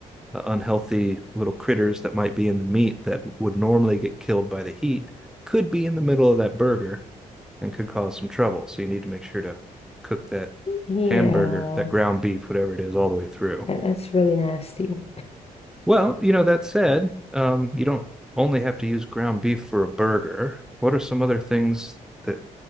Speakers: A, in the centre; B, on the left.
A: uh, unhealthy little critters that might be in the meat that would normally get killed by the heat could be in the middle of that burger and could cause some trouble. So you need to make sure to cook that
B: Yeah,
A: hamburger, that ground beef, whatever it is, all the way through.
B: that, that's really nasty.
A: Well, you know, that said, um, you don't only have to use ground beef for a burger. What are some other things that